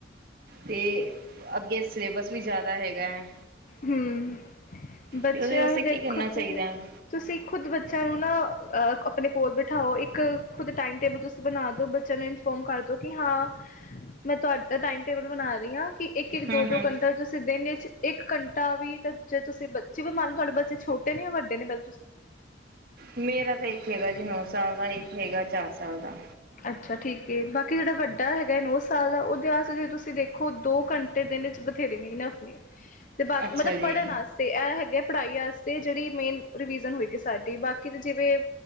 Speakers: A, on the right; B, on the left.
A: ਤੇ ਅੱਗੇ ਸਿਲੇਬਸ ਵੀ ਜ਼ਿਆਦਾ ਹੈਗਾ ਹੈ।
B: ਹਮ ਬੱਚਿਆਂ
A: ਤੇ ਉਹਦੇ ਵਾਸਤੇ
B: ਨੂੰ
A: ਕੀ
B: ਦੇਖੋ
A: ਕਰਨਾ ਚਾਹੀਦਾ
B: ਤੁਸੀਂ
A: ਹੈ
B: ਤੁਸੀਂ ਖੁਦ ਬੱਚਿਆਂ ਨੂੰ ਨਾ ਅ ਅਪਣੇ ਕੋਲ ਬਿਠਾਓ ਇੱਕ ਖੁਦ ਟਾਈਮ ਟੇਬਲ ਤੁਸੀ ਬਣਾ ਦੋ ਬੱਚਿਆਂ ਨੂੰ ਇਨਫੋਰਮ ਕਰ ਦਿਉ ਕਿ ਹਾਂ ਮੈਂ ਤੁਹਾਡਾ ਟਾਈਮ ਟੇਬਲ ਬਣਾ ਰਹੀ ਹਾਂ ਕਿ ਇੱਕ ਇੱਕ
A: ਹਮ
B: ਦੋ
A: ਹਮ
B: ਦੋ ਘੰਟਾ ਤੁਸੀ ਦਿਨ ਚ ਇੱਕ ਘੰਟਾ ਵੀ ਤਾਂ ਜੇ ਤੁਸੀਂ ਬ ਜਿਵੇਂ ਮੰਨ ਲੋ ਤੁਹਾਡੇ ਬੱਚੇ ਛੋਟੇ ਨੇ ਜਾਂ ਵੱਡੇ ਨੇ ਪਹਿਲ
A: ਮੇਰਾ ਤਾਂ ਇੱਕ ਹੈਗਾ ਜੀ ਨੋ ਸਾਲ ਦਾ ਇੱਕ ਹੈਗਾ ਚਾਰ ਸਾਲ ਦਾ।
B: ਅੱਛਾ ਠੀਕ ਏ ਬਾਕੀ ਜਿਹੜਾ ਵੱਡਾ ਹੈਗਾ ਹੈ ਨੌ ਸਾਲ ਦਾ ਉਹਦੇ ਵਾਸਤੇ ਤੇ ਤੁਸੀ ਦੇਖੋ ਦੋ ਘੰ ਦਿਨ ਚ ਬਥੇਰੇ ਨੇ ਇਨਫ ਨੇ ਤੇ ਬਾਕੀ
A: ਅੱਛਾ
B: ਮਤਲਬ
A: ਜੀ
B: ਪੜ੍ਹਨ ਵਾਸਤੇ ਇਹ ਹੈਗੇ ਪੜ੍ਹਾਈ ਵਾਸਤੇ ਜਿਹੜੀ ਮੇਨ ਰਵੀਜ਼ਨ ਹੋਏਗੀ ਸਾਡੀ ਬਾਕੀ ਜਿਵੇਂ